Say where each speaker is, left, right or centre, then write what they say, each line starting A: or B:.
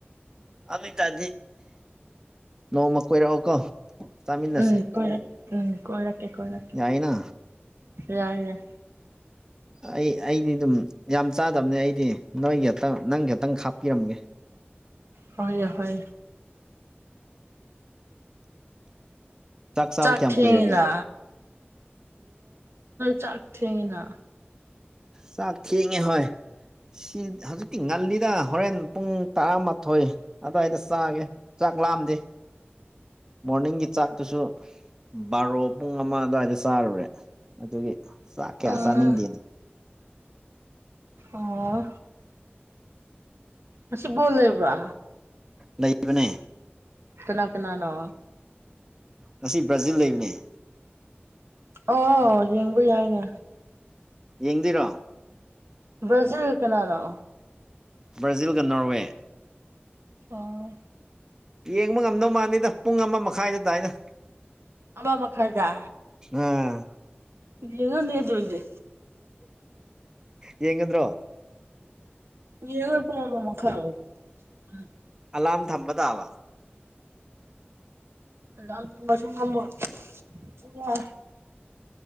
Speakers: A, on the right (about 15°); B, on the right (about 80°).
A: ꯑꯗꯨ ꯑꯣꯏꯇꯥꯔꯗꯤ ꯅꯣꯡꯃ ꯀꯣꯏꯔꯛꯑꯣꯀꯣ ꯆꯥꯃꯤꯟꯅꯁꯦ
B: ꯌꯥꯏ ꯎꯝ ꯀꯣꯏꯔꯛ ꯎꯝ ꯀꯔꯀꯦ ꯀꯔꯀꯦ
A: ꯌꯥꯏꯅ
B: ꯌꯥ ꯌꯥ
A: ꯑꯩ ꯑꯩꯗꯤ ꯑꯗꯨꯝ ꯌꯥꯝ ꯆꯥꯗꯕꯅꯦ ꯑꯩꯗꯤ ꯅꯣꯏꯒꯤ ꯍꯦꯛꯇꯪ ꯅꯪ ꯍꯦꯛꯇꯪ ꯍꯥꯞꯄꯤꯔꯝꯒꯦ
B: ꯍꯍꯣꯏ
A: ꯆꯥꯕ
B: ꯆꯥꯛ
A: ꯀꯌꯥꯝ
B: ꯊꯅ
A: ꯀꯨꯏꯔꯒꯦ
B: ꯆꯥꯛ ꯊꯅ
A: ꯆꯥꯛꯈꯤꯉꯦ ꯍꯣꯏ ꯁꯤ ꯍꯧꯖꯤꯛꯇꯤ ꯉꯜꯂꯤꯗ ꯍꯣꯔꯦꯟ ꯄꯨꯡ ꯇꯔꯥꯃꯥꯊꯣꯏ ꯑꯗꯨꯋꯥꯏꯗ ꯆꯥꯒꯦ ꯆꯥꯛ ꯂꯥꯛꯑꯝꯗꯤ ꯃꯣꯔꯅꯤꯡꯒꯤ ꯆꯥꯛꯇꯨꯁꯨ ꯕꯥꯔꯣ ꯄꯨꯡ ꯑꯃ ꯑꯗꯨꯋꯥꯏꯗ ꯆꯥꯔꯨꯔꯦ ꯑꯗꯨꯒꯤ ꯆ ꯀꯦꯁꯅꯤꯡꯗꯅꯤ
B: ꯑꯥ ꯑꯣ ꯑꯁꯤ ꯣꯂꯦꯕ꯭ꯔ
A: ꯂꯩꯕꯅꯦ
B: ꯀꯅꯥ ꯀꯅꯥꯅꯣ
A: ꯉꯁꯤ ꯕ꯭ꯔꯥꯖꯤꯜ ꯂꯩꯕꯅꯦ
B: ꯑꯣ ꯌꯦꯡꯕ ꯌꯥꯏꯅꯦ
A: ꯌꯦꯡꯗꯣꯏꯔꯣ
B: ꯭ꯔꯖꯤꯜ ꯀꯅꯥꯂꯣ
A: ꯕ꯭ꯔꯥꯖꯤꯜꯒ ꯅꯣꯔꯋꯦ
B: ꯑꯣ
A: ꯌꯦꯡꯕ ꯉꯝꯗꯧ ꯃꯥꯜꯂꯤꯗ ꯄꯨꯡ ꯑꯃ ꯃꯈꯥꯏꯗ ꯇꯗꯥꯏꯅ
B: ꯑꯃ ꯃꯈꯥꯗ
A: ꯑꯥ
B: ꯌꯦꯉꯅꯤ ꯆꯣꯏꯖꯦ
A: ꯌꯦꯡꯒꯗ꯭ꯔꯣ
B: ꯌꯦꯉ ꯄꯉꯝꯕ ꯃꯈ ꯈꯔ ꯑꯣꯏ ꯎꯝ
A: ꯑꯂꯥꯔꯝ ꯊꯝꯕ ꯇꯥꯕ
B: ꯂ ꯀꯜꯕ ꯁꯒꯜꯕ ꯑꯣ